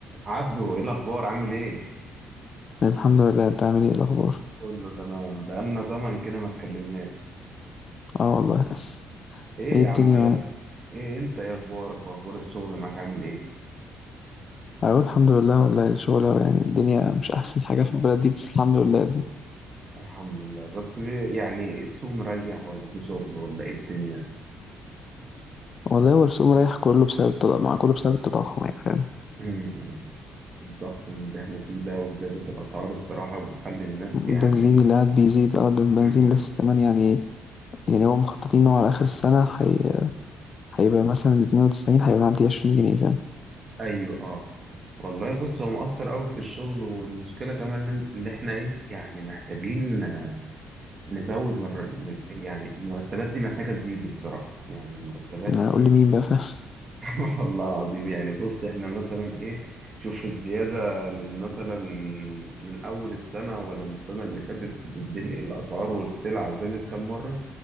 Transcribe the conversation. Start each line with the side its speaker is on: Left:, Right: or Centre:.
Right: عبدو ايه الاخبار عامل ايه
Left: الحمد لله انت عامل ايه الاخبار
Right: كله تمام بقالنا زمن كده ما اتكلمناش
Left: اه والله
Right: ايه
Left: ايه
Right: يا
Left: الدنيا
Right: عم ايه
Left: معاك
Right: ايه انت ايه اخبارك واخبار الشغل معاك عامل ايه
Left: اقول الحمد لله والله الشغل يعني الدنيا مش احسن حاجه في البلد دي بس الحمد لله
Right: الحمد لله بس بي- يعني السوق مريح ولا في شغل ولا ايه الدنيا
Left: والله هو السوق رايح كله بسبب التضخم مع كله بسبب التضخم يعني فاهم
Right: أمم. الضخم اللي احنا فيه ده وزيادة الاسعار الصراحة بتخلي الناس
Left: البنزين
Right: يعني ايه
Left: اللي قاعد بيزيد اه ده البنزين
Right: أمم.
Left: لسه كمان يعني يعني هو مخططين انه على اخر السنه حي... هيبقى مثلا 92 هيبقى معدي 20 جنيه فاهم
Right: ايوه اه والله بص هو مؤثر قوي في الشغل والمشكله كمان اللي اللي احنا ايه يعني محتاجين نزود مر... م- يعني المرتبات دي محتاجة تزيد الصراحة يعني المرتبات
Left: انا اقول
Right: يعني
Left: لي مين بقى فاهم
Right: <laughs> والله العظيم يعني بص احنا مثلا ايه شوف الزيادة من مثلا من أول السنة ولا من السنة اللي فاتت الدنيا الأسعار والسلع زادت كام مرة